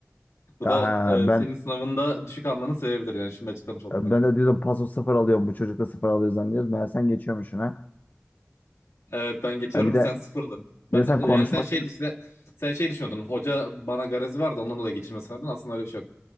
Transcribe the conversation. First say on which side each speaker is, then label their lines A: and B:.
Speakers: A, on the left (about 85°); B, on the left (about 40°).
A: Bu
B: Ya
A: da
B: ha,
A: e,
B: ben
A: senin sınavında düşük almanın sebebidir yani şimdi açıklamış oldum
B: ben
A: bak.
B: de diyordum paso sıfır alıyorum bu çocukla sıfır alıyor zannediyoruz. Meğer sen geçiyormuşsun ha.
A: Evet ben geçiyorum
B: Ya bir de
A: sen sıfır alın. Ben
B: bir de sen
A: e,
B: konuşmasını
A: yani sen şey işte sen şey düşünüyordun. Hoca bana garezi vardı ondan dolayı geçirme sanıyordun. Aslında öyle bir şey yok.